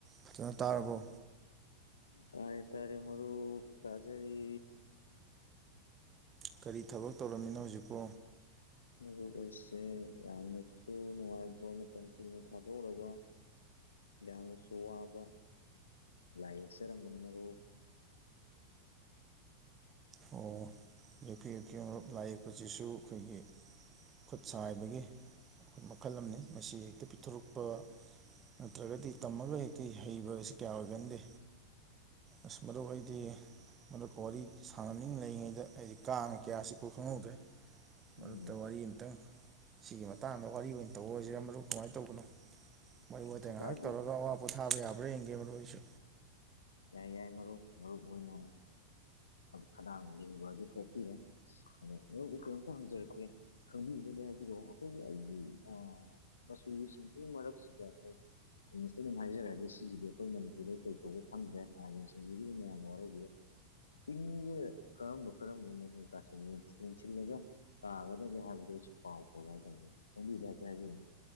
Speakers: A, on the right; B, on the left.
A: ꯐꯖꯅ ꯇꯥꯔꯕꯣ
B: ꯇꯥꯔꯦ ꯇꯥꯔꯦ ꯃꯔꯨꯞ ꯇꯥꯖꯔꯦ
A: ꯀꯔꯤ ꯊꯕꯛ ꯇꯧꯔꯝꯃꯤꯅꯣ ꯍꯧꯖꯤꯛꯄꯣ
B: ꯃꯔꯨꯞ ꯑꯩꯁꯦ ꯌꯥꯝꯅꯁꯨ ꯅꯨꯡꯉꯥꯏꯕ ꯃꯇꯝ ꯀꯨꯏꯅ ꯊꯥꯗꯣꯛꯎꯔꯕ ꯌꯥꯝꯅꯁꯨ ꯋꯥꯕ ꯂꯥꯏ ꯌꯦꯛꯆꯔꯝꯕꯅꯦ ꯃꯔꯨꯞ
A: ꯑꯣ ꯌꯦꯛꯄꯤꯌꯨ ꯌꯦꯛꯄꯤꯌꯨ ꯂꯥꯏ ꯌꯦꯛꯄꯁꯤꯁꯨ ꯑꯩꯈꯣꯏꯒꯤ ꯈꯨꯠ ꯁꯥ ꯍꯩꯕꯒꯤ ꯈꯨꯠ ꯃꯈꯜ ꯑꯃꯅꯤ ꯃꯁꯤ ꯍꯦꯛꯇ ꯄꯤꯊꯣꯔꯛꯄ ꯅꯠꯇ꯭ꯔꯒꯗꯤ ꯇꯝꯃꯒ ꯍꯦꯛꯇ ꯍꯩꯕꯁꯤ ꯀꯌꯥ ꯑꯣꯏꯒꯟꯗꯦ ꯑꯁ ꯃꯔꯨꯞ ꯑꯩꯗꯤ ꯍꯟꯗꯛꯀ ꯋꯥꯔꯤ ꯁꯥꯟꯅꯅꯤꯡ ꯂꯩꯔꯤꯉꯩꯗ ꯑꯩꯗꯤ ꯀꯥꯡ ꯀꯌꯥ ꯆꯤꯛꯄ ꯈꯪꯍꯧꯗ꯭ꯔꯦ ꯃꯔꯨꯞꯇ
B: ꯎꯝ
A: ꯋꯥꯔꯤ ꯑꯃꯇꯪ ꯁꯤꯒꯤ ꯃꯇꯥꯡꯗ ꯋꯥꯔꯤ ꯑꯣꯏꯅ ꯇꯧꯔꯁꯤ ꯃꯔꯨꯞ ꯀꯃꯥꯏ ꯇꯧꯕꯅꯣ ꯋꯥꯔꯤ ꯋꯥꯇꯥꯏ
B: ꯀꯩꯁꯨ
A: ꯉꯥꯏꯍꯥꯛ
B: ꯀꯥꯏꯗꯦ
A: ꯇꯧꯔꯒ ꯑꯋꯥ ꯄꯣꯊꯥꯕ ꯌꯥꯕ꯭ꯔꯥ ꯌꯦꯡꯒꯦ ꯃꯔꯨꯞ ꯑꯩꯁꯨ
B: ꯌꯥꯏ ꯌꯥꯏ ꯃꯔꯨꯞ ꯃꯔꯨꯞ ꯍꯣꯏꯅ ꯈꯗꯥꯡ ꯂꯤꯡꯕꯗꯨ ꯊꯣꯛꯄꯤꯔꯦ ꯑꯗꯣ ꯅꯕꯨ ꯀꯔꯤꯝꯇ ꯍꯪꯖꯔꯛꯀꯦ ꯈꯪꯕꯤꯔꯒꯗꯤ ꯍꯥꯏꯕꯤꯔꯛꯑꯣ ꯑꯩꯈꯣꯏꯒꯤ ꯑꯩꯒꯤ ꯑꯥ ꯃꯆꯨꯁꯤꯡꯁꯤꯒꯤ ꯃꯔꯛꯁꯤꯗ ꯑꯩꯈꯣꯏꯒꯤ ꯏꯪꯂꯤꯁꯇ ꯑꯗꯨꯝ ꯍꯥꯏꯖꯔꯅꯤ ꯁꯤꯖꯤꯗꯤ ꯑꯩꯈꯣꯏ ꯃꯅꯤ ꯁꯤꯗꯤ ꯀꯩ ꯀꯧꯕꯅꯣ ꯈꯪꯗꯦ <unintelligible> ꯃꯌꯥꯝꯅ ꯋꯥꯔꯧꯕꯤꯔꯣꯢ ꯄꯤꯡꯖꯦ ꯀꯔꯝꯕ ꯀꯔꯝꯕ ꯃꯆꯨ <unintelligible> ꯁꯤꯜꯂꯒ ꯇꯥꯒꯗꯒꯦ ꯍꯥꯏꯕꯗꯨ <unintelligible> ꯍꯥꯏꯇꯥꯔꯦ <unintelligible>